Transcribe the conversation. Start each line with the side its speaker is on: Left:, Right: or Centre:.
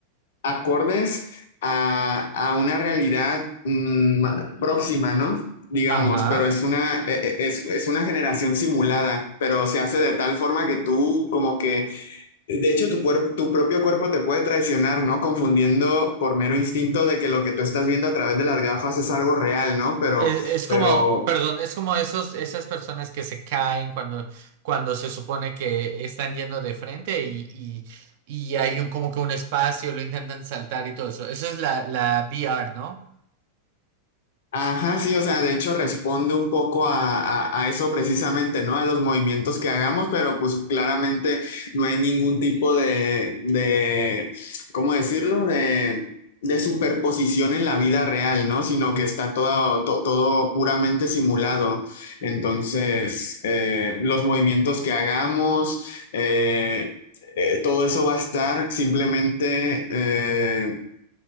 Left: acordes a, a una realidad mm, ma- próxima, ¿no? Digamos,
Right: ajá.
Left: pero es una, e- e- es, es una generación simulada, pero se hace de tal forma que tú como que de hecho, tu, cuerp- tu propio cuerpo te puede traicionar, ¿no? Confundiendo por mero instinto de que lo que tú estás viendo a través de las gafas es algo real, ¿no? Pero,
Right: Es, es
Left: pero
Right: como, perdón, es como esos, esas personas que se caen cuando, cuando se supone que están yendo de frente y, y, y hay un, como que un espacio, lo intentan saltar y todo eso. Eso es la, la V R, ¿no?
Left: Ajá, sí, o sea, de hecho responde un poco a, a- a eso precisamente, ¿no? A los movimientos que hagamos, pero pues claramente no hay ningún tipo de, de, ¿cómo decirlo? De, de superposición en la vida real, ¿no? Sino que está todo, to- todo puramente simulado. Entonces, eh, los movimientos que hagamos, eh, eh, todo eso va a estar simplemente... eh,